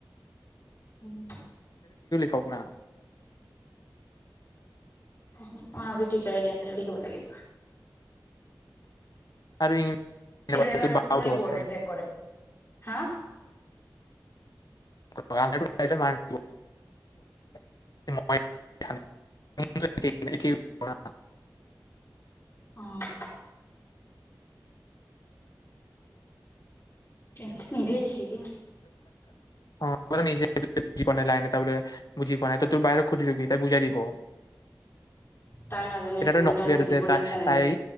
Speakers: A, on the left (about 40°); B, on the left (about 60°).
A: উম।
B: থক না।
A: উ আজি টিচাৰে দিয়াটো লিখিব লাগিব।
B: আৰু ইংলিছ
A: ইলেভনটো
B: বাওটো
A: থৰি
B: আছে
A: ব'ৰ্ডে চেক কৰে হা।
B: বৱালেত টো তাতে মাৰি দিব। <inaudible>
A: অহ। এনে নিজে লিখি দিম।
B: অহ মইটো নিজে বুজি পোৱাই নাই লাইন এটা, বুজি পোৱা নাই তই তোৰ বায়েৰেক সুধি লবি তাই বুজাই দিব।
A: তাই নাজানে
B: এতিয়া
A: একো মই
B: নকবি
A: তাক সুধিবলৈ
B: আৰু যে তাই
A: ইচ্ছা নাযায়
B: তাই